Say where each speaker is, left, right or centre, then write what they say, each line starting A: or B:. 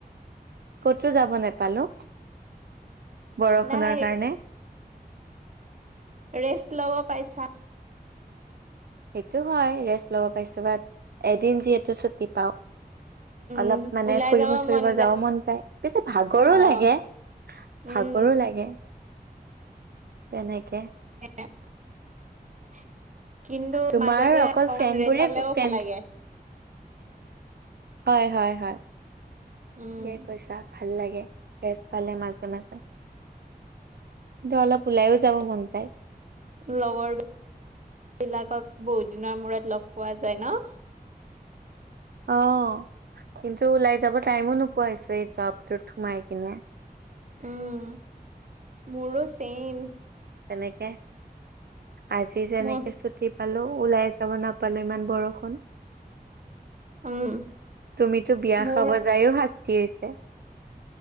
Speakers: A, on the right; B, on the right.
A: কতো যাব নেপালো, বৰষুণৰ
B: নাই
A: কাৰণে।
B: ৰেষ্ট ল'ব পাইছা।
A: সেইটো হয় ৰেষ্ট ল'ব পাইছো বা, এদিন যিহেতু ছুটি পাওঁ।
B: উম,
A: অলপ মানে
B: ওলাই
A: ফুৰিব
B: যাব
A: ফুৰিব
B: মন
A: যাও মন যায়, বেছি ভাগৰো
B: অ',
A: লাগে।
B: উম,
A: ভাগৰো লাগে, তেনেকে।
B: এক <unintelligible> কিন্তু
A: তোমাৰ
B: মাজে মাজে
A: অকল
B: অকন
A: ফ্ৰেণ্ড
B: ৰেষ্ট
A: বোৰে
B: পালেও
A: ফ্ৰেণ্ড
B: ভাল লাগে।
A: হয় হয় হয়,
B: উম,
A: ঠিকে কৈছা। ভাল লাগে, ৰেষ্ট পালে মাজে মাজে। কিন্তু অলপ ওলাইও যাব মন যায়।
B: লগৰ বিলাকক, বহুত দিনৰ মূৰত লগ পোৱা যায় ন'।
A: অ' কিন্তু ওলাই যাব টাইমো নোপোৱা হৈছো, এই জবটোত সোমাই কিনে।
B: উম, মোৰো চেইম।
A: তেনেকে, আজি যেনেকে
B: মোৰ
A: ছুটি পালো, ওলাই যাব নাপালো ইমান বৰষু ণ,
B: উম,
A: তুমিতো বিয়া
B: মোৰ
A: খাব জায়ও শাস্তি হৈছে।